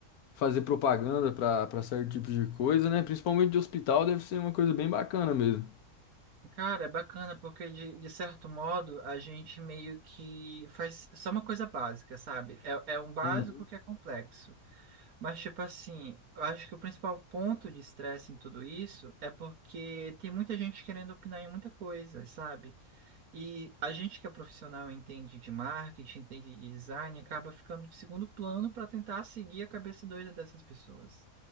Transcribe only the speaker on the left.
fazer propaganda para para certo tipo de coisa, né? Principalmente de hospital deve ser uma coisa bem bacana mesmo.
Hum.